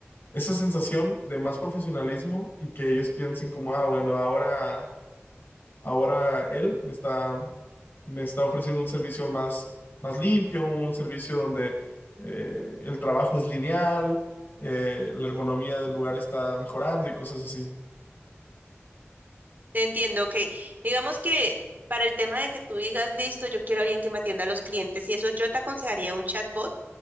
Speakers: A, on the left; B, on the right.
A: esa sensación de más profesionalismo y que ellos piensen como, ah, bueno, ahora, ahora él me está, me está ofreciendo un servicio más, más limpio, un servicio donde eh, el trabajo es lineal, eh, la ergonomía del lugar está mejorando y cosas así.
B: Te entiendo, ok. Digamos que para el tema de que tú digas, listo, yo quiero a alguien que me atienda a los clientes y eso, yo te aconsejaría un chatbot